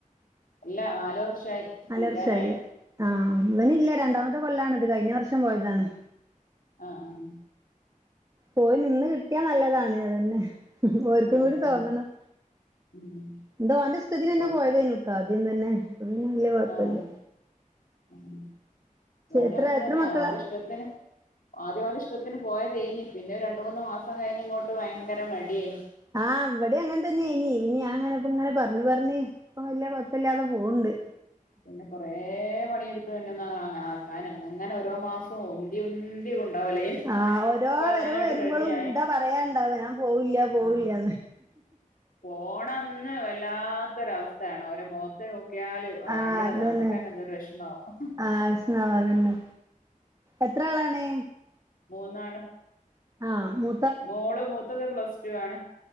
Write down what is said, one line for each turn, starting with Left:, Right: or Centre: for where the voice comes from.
Left: അല്ല നാലു വർഷായി
Right: നാല്
Left: തീരാനായി
Right: വർഷായി ലോ ആഹ് ഇവൻ ഇല്ല രണ്ടാമത്തെ കൊല്ലാണ് ഇത് കഴിഞ്ഞ വർഷം പോയതാണ്
Left: ആഹ് ആഹ്
Right: പോയി നിന്ന് കിട്ടിയാ നല്ലതാണ് അതന്നെ ഓർക്കും
Left: ആഹ് അതന്നെ
Right: കൂടി തോന്നണം
Left: ഉം
Right: ഇത് ഓന്റെ ഇഷ്ടത്തിനെന്നേ
Left: തൊട
Right: പോയതേനു ആദ്യം തന്നെ പിന്നെ വല്യ കൊഴപ്പല്ല
Left: ആഹ് ആഹ് ഓനും
Right: എത്ര
Left: അങ്ങൻ
Right: എത്ര
Left: തന്നെ
Right: മക്കളാ
Left: ഓന്റെ ഇഷ്ടത്തിന് ആദ്യം ഓന്റെ ഇഷ്ട്ടത്തിന് പോയതേനി പിന്നെ ഒരു രണ്ട് മൂന്ന് മാസം കഴിഞ്ഞ് ഇങ്ങോട്ട് ഭയങ്കര മടിയേനി
Right: ആഹ് ഇവടിം അങ്ങൻ തന്നെ ഏനി പിന്നെ ഞാൻ ഇങ്ങനെപ്പം ഇങ്ങനെ പർഞ്ഞ് പർഞ്ഞ് ഇപ്പം വല്യ കൊഴ്പ്പല്ലാതെ പോവ്ണ്ട്
Left: പിന്നെ കൊറേ പണിയെടുത്ത് തന്നെ ആക്കാൻ അങ്ങനെ ഓരോ മാസും ഉന്തി ഉന്തി കൊ ണ്ടോവലേനി
Right: ആഹ് ഓരോ
Left: ഇപ്പതായാലും
Right: വരവ്
Left: ആട്ട്
Right: വരുമ്പളും
Left: റെഡി ആയി
Right: ഇതാ പറയാണ്ടാവ ഞാൻ പോവില്ല പോവില്ലാന്ന്
Left: ആഹ് പോണന്ന് വല്ലാത്തൊരവസ്ഥയാണ് ഓരോ മോഖത്ത് നോക്കിയാല് ഭയങ്കരതാ
Right: ആഹ് അതന്നെ
Left: നമ്മക്ക്ന്നെ എന്തോരു വെഷമാവും
Right: ആഹ് വെഷ്മാവും അതന്നെ എത്ര ആളാണ്
Left: മൂന്നാൾ
Right: ആഹ് മു
Left: മോള് മൂത്തത് പ്ലസ് ടു ആണ്